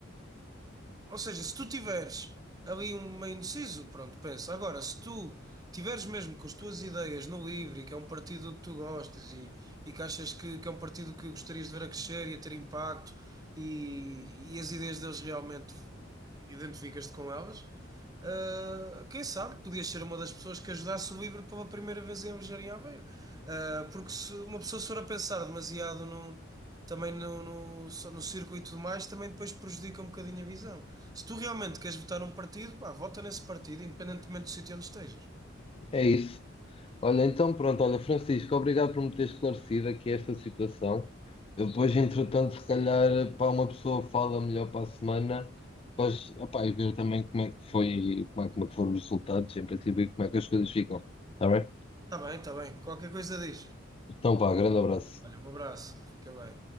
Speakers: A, on the right; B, on the left.
A: Ou seja, se tu tiveres ali um meio indeciso, pronto, pensa. Agora, se tu tiveres mesmo com as tuas ideias no livre e que é um partido que tu gostas e, e que achas que, que é um partido que gostarias de ver a crescer e a ter impacto e, e as ideias deles realmente identificas-te com elas, Uh, quem sabe, podias ser uma das pessoas que ajudasse o Livro pela primeira vez em viajar em Aveiro. Uh, porque se uma pessoa se for a pensar demasiado no, também no, no, só no circuito e tudo mais, também depois prejudica um bocadinho a visão. Se tu realmente queres votar num partido, pá, vota nesse partido, independentemente do sítio onde estejas.
B: É isso. Olha, então pronto, olha, Francisco, obrigado por me ter esclarecido aqui esta situação. Eu depois, entretanto, se calhar, para uma pessoa fala melhor para a semana, depois, opá, e ver também como é que foi, como é, como é que foram os resultados, em princípio, e como é que as coisas ficam. Está bem?
A: Está bem, está bem. Qualquer coisa diz.
B: Então vá, grande abraço.
A: Olha, um abraço. Fica bem.